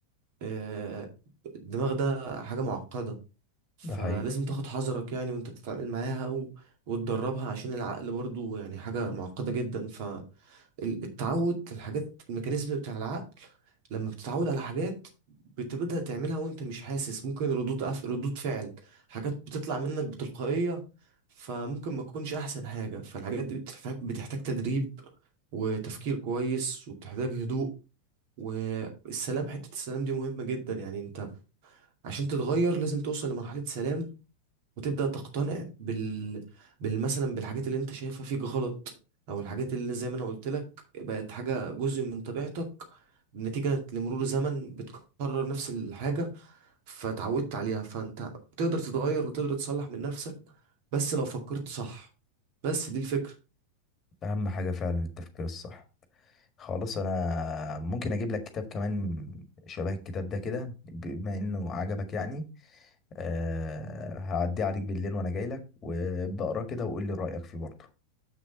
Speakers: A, on the right; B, on the left.
A: آه، الدماغ ده حاجة معقدة فلازم
B: ده حقيقي
A: تاخد حذرك يعني وانت بتتعامل معاها و... وتدربها عشان العقل برضو يعني حاجة معقدة جدا ال- التعود الحاجات الميكانيزم بتاع العقل لما بتتعود على حاجات بتبدأ تعملها وانت مش حاسس ممكن ردود أف... ردود فعل حاجات بتطلع منك بتلقائية فممكن ما تكونش أحسن حاجة فالحاجات دي بتحتاج بتحتاج تدريب وتفكير كويس وبتحتاج هدوء والسلام حتة السلام دي مهمة جدا يعني انت عشان تتغير لازم توصل لمرحلة سلام وتبدأ تقتنع بال... بال مثلا بالحاجات اللي انت شايفها فيك غلط او الحاجات اللي زي ما انا قلت لك بقت حاجة جزء من طبيعتك نتيجة لمرور زمن بتكرر نفس الحاجة فتعودت عليها فانت تقدر تتغير وتقدر تصلح من نفسك بس لو فكرت صح بس دي الفكرة
B: اهم حاجة فعلا التفكير الصح خلاص انا ممكن اجيب لك كتاب كمان شبه الكتاب ده كده بما انه عجبك يعني أه هعديه عليك بالليل وانا جاي لك وابدا اقراه كده وقول لي رايك فيه برضه